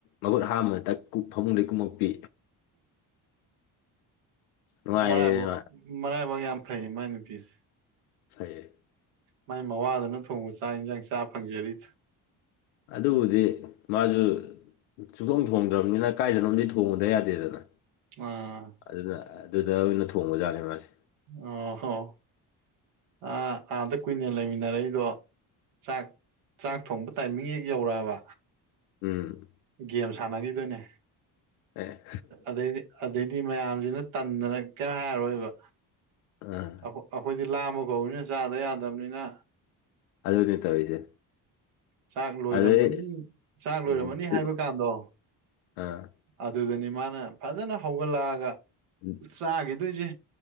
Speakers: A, on the left; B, on the right.
A: ꯃꯈꯨꯠ ꯍꯥꯝꯕ ꯐꯃꯨꯡꯗꯩ ꯀꯨꯝꯃꯛꯄꯤ ꯅꯨꯡꯉꯥꯏꯔꯦꯅ
B: ꯃꯥꯏꯕꯣ ꯃꯔꯥꯏꯕꯛ ꯌꯥꯝ ꯐꯩ ꯃꯥꯏ ꯅꯨꯄꯤꯗꯣ
A: ꯐꯩꯌꯦ
B: ꯃꯥꯏ ꯃꯋꯥꯗꯨꯅ ꯊꯣꯡꯕ ꯆꯥꯛ ꯌꯦꯟꯁꯥꯡ ꯆꯥ ꯐꯪꯖꯔꯤ
A: ꯑꯗꯨꯕꯨꯗꯤ ꯃꯥꯁꯨ ꯁꯨꯆꯣꯡ ꯊꯣꯡꯗ꯭ꯔꯕꯅꯤꯅ ꯀꯥꯏꯗꯅꯕꯝꯗꯤ ꯊꯣꯡꯉꯨꯗ ꯌꯥꯗꯦꯗꯅ
B: ꯎꯝ
A: ꯑꯗꯨꯅ ꯑꯗꯨꯗ ꯑꯣꯏꯅ ꯊꯣꯡꯕꯖꯥꯠꯅꯦ ꯃꯥꯁꯦ
B: ꯑꯣ ꯍꯣ ꯑꯥꯗ ꯀꯨꯏꯅ ꯂꯩꯃꯤꯟꯅꯔꯛꯏꯗꯣ ꯆꯥꯛ ꯆꯥꯛ ꯊꯣꯡꯕ ꯇꯥꯏꯃꯤꯡ ꯍꯦꯛ ꯌꯧꯔꯛꯑꯕ
A: ꯎꯝ
B: ꯒꯦꯝ ꯁꯥꯟꯅꯈꯤꯗꯣꯏꯅꯦ
A: ꯑꯦ
B: ꯑꯗꯩꯗꯤ ꯑꯗꯩꯗꯤ ꯃꯌꯥꯝꯁꯤꯅ ꯇꯟꯗꯅ ꯀꯩ ꯍꯥꯏꯔꯔꯣꯏꯕ
A: ꯇ
B: ꯑꯩꯈꯣꯏꯗꯤ ꯂꯥꯃ ꯀꯧꯕꯧꯅꯤꯅ ꯆꯥꯗ ꯌꯥꯗꯕꯅꯤꯅ
A: ꯑꯗꯨꯅꯦ ꯇꯧꯔꯤꯁꯦ
B: ꯆꯥꯛ ꯂꯣꯏꯔꯝꯃꯅꯤ
A: ꯑꯗꯩ
B: ꯆꯥꯛ ꯂꯣꯏꯔꯝꯃꯅꯤ
A: ꯎꯝ ꯄꯨ
B: ꯍꯥꯏꯕ ꯀꯥꯟꯗꯣ
A: ꯑꯥ
B: ꯑꯗꯨꯗꯅꯤ ꯃꯥꯅ ꯐꯖꯅ ꯍꯧꯒꯠꯂꯛꯑꯒ
A: ꯎꯝ
B: ꯆꯥꯈꯤꯗꯣꯏꯁꯦ